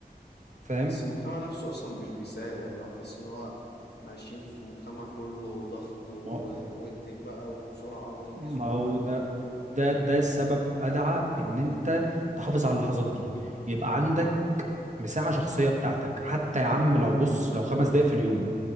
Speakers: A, on the right; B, on the left.
A: فاهم
B: بس المجتمع نفسه أصلا مش بيساعد يعني هو تحس إن هو إحنا عايشين في مجتمع كله ضغط و...
A: ما هو
B: وانتج بقى وبسرعة وانجز
A: ما
B: وقوم
A: هو
B: واعمل
A: ده
B: كده
A: ده ده السبب ادعى ان انت تحافظ على اللحظات دي يبقى عندك مساحه شخصيه بتاعتك حتى يا عم لو بص لو خمس دقايق في اليوم